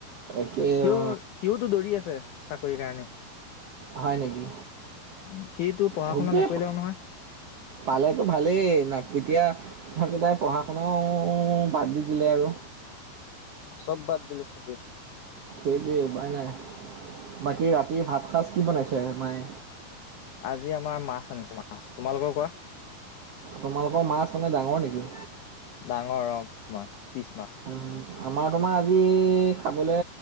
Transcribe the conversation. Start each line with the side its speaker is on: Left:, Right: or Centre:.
Right: একে
Left: সিও
Right: অ
Left: সিওতো দৌৰি আছে চাকৰিৰ কাৰণে।
Right: হয় নেকি?
Left: উম সিটো পঢ়া
Right: হওক
Left: শুনা
Right: দে
Left: নকৰিলেও নহয়।
Right: পালেতো ভালেই নাপ এতিয়া থাকিবাই পঢ়া শুনাও বাদ দি দিলে আৰু।
Left: চব বাদ দিলে চবে।
Right: সেইটোৱেই উপায় নাই, বাকী ৰাতিৰ ভাতসাঁজ কি বনাইছে মায়ে।
Left: আজি আমাৰ মাছ আনিছে মাছ তোমালোকৰ কোৱা।
Right: তোমালোকৰ মাছ মানে ডাঙৰ নেকি?
Left: ডাঙৰ অ তোমাৰ পিছ মাছ।
Right: উম আমাৰ তোমাৰ আজি খাবলে